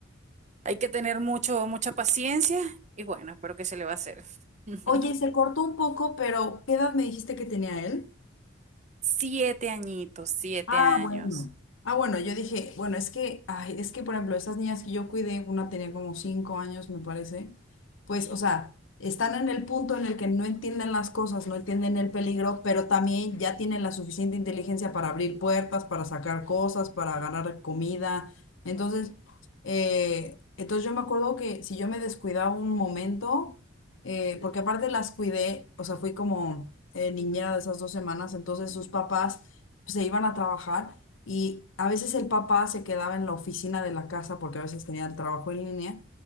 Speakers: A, on the right (about 35°); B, on the left (about 70°).
A: hay que tener mucho, mucha paciencia y bueno, pero ¿qué se le va a hacer? <laughs>
B: Oye, se cortó un poco, pero ¿qué edad me dijiste que tenía él?
A: Siete añitos, siete
B: Ah,
A: años.
B: bueno. Ah, bueno, yo dije, bueno, es que, ay, es que, por ejemplo, esas niñas que yo cuidé, una tenía como cinco años, me parece, pues, o sea, están en el punto en el que no entienden las cosas, no entienden el peligro, pero también ya tienen la suficiente inteligencia para abrir puertas, para sacar cosas, para ganar comida. Entonces, eh, entonces yo me acuerdo que si yo me descuidaba un momento, eh, porque aparte las cuidé, o sea, fui como eh, niñera de esas dos semanas, entonces sus papás se iban a trabajar y a veces el papá se quedaba en la oficina de la casa porque a veces tenía el trabajo en línea.